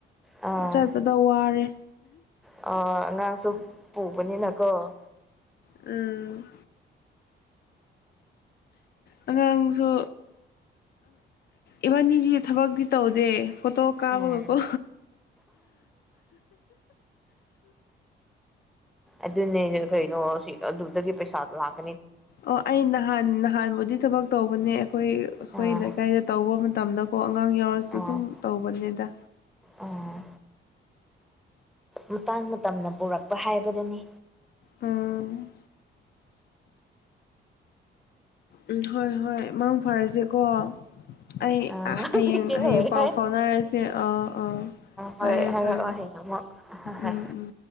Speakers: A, in the centre; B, on the left.
A: ꯑꯥ
B: ꯆꯠꯄꯗ ꯋꯥꯔꯦ
A: ꯑꯥ ꯑꯉꯥꯡꯁꯨ ꯄꯨꯕꯅꯤꯅꯀꯣ
B: ꯎꯝ ꯑꯉꯥꯡꯁꯨ ꯏꯕꯥꯅꯤꯒꯤ ꯊꯕꯛꯤ ꯇꯧꯗꯦ ꯐꯇꯣ ꯀꯥꯕꯒꯀꯣ
A: ꯎꯝ ꯑꯗꯨꯟꯅꯩꯅ ꯀꯩꯣ ꯍ ꯑꯗꯨꯗꯒꯤ ꯄꯩꯁꯥ ꯂꯥꯛ
B: ꯑꯣ ꯑꯩ ꯅꯍꯥꯟ ꯅꯍꯥꯟꯕꯨꯗꯤ ꯊꯕꯛ ꯇꯧꯕꯅꯦ ꯑꯩꯈꯣꯏ ꯑꯩꯈꯣꯏ
A: ꯑꯥ
B: ꯂꯩꯀꯥꯏꯗ ꯇꯧꯕ ꯃꯇꯝꯗ ꯑꯉꯥꯡ ꯌꯥꯎꯔꯁꯨ
A: ꯑꯣ
B: ꯑꯗꯨꯝ ꯇꯧꯕꯅꯦꯗ
A: ꯑꯥ ꯃꯇꯥꯡ ꯃꯇꯝꯅ ꯄꯨꯔꯛꯄ ꯍꯥꯏꯕꯗꯨꯅꯤ
B: ꯎꯝ ꯎꯝ ꯍꯣꯏ ꯍꯣꯏ ꯃꯥꯡ ꯐꯥꯔꯁꯦꯀꯣ ꯑꯩ
A: ꯑ ꯍꯧꯖꯤꯛꯇꯤ
B: ꯍꯌꯦꯡ ꯍꯌꯦꯡ
A: ꯂꯣꯏꯔꯦ
B: ꯄꯥꯎ ꯐꯥꯎꯅꯔꯁꯦ ꯑꯥ ꯑꯥ ꯐꯔꯦ
A: ꯍꯣꯏ ꯍꯥꯏꯔꯛꯑꯣ
B: ꯐꯔꯦ
A: ꯍꯌꯦꯡ ꯑꯃꯨꯛ ꯍꯣꯏ ꯍꯣꯏ
B: ꯎꯝ ꯎꯝ